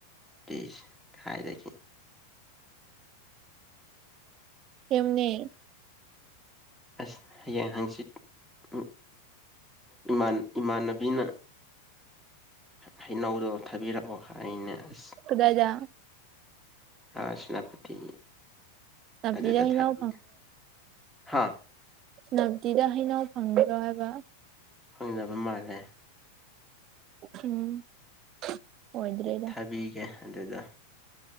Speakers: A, in the centre; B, on the right.
A: ꯏꯁ ꯍꯥꯏꯔꯒꯦ
B: ꯌꯨꯝꯅꯦ
A: ꯑꯁ ꯍꯌꯦꯡ ꯍꯪꯆꯤꯠ ꯏ ꯏꯃꯥꯟ ꯏꯃꯥꯟꯅꯕꯤꯅ ꯍꯩꯅꯧꯗꯣ ꯊꯥꯕꯤꯔꯛꯑꯣ ꯍꯥꯏꯅꯦ ꯑꯁ
B: ꯀꯗꯥꯏꯗ
A: ꯑꯥ ꯁꯅꯥꯄꯇꯤ
B: ꯁꯦꯅꯥꯄꯇꯤꯗ
A: ꯑꯗꯨꯗ
B: ꯍꯩꯅꯧ
A: ꯊꯕꯅꯤꯗ ꯍꯥ
B: ꯁꯦꯅꯄꯇꯤꯗ ꯍꯩꯅꯧ ꯐꯪꯕ꯭ꯔꯣ ꯍꯥꯏꯕ
A: ꯐꯪꯅꯕ ꯃꯥꯜꯂꯦ
B: ꯎꯝ ꯑꯣꯏꯗ꯭ꯔꯦꯗ
A: ꯊꯥꯕꯤꯒꯦ ꯑꯗꯨꯗ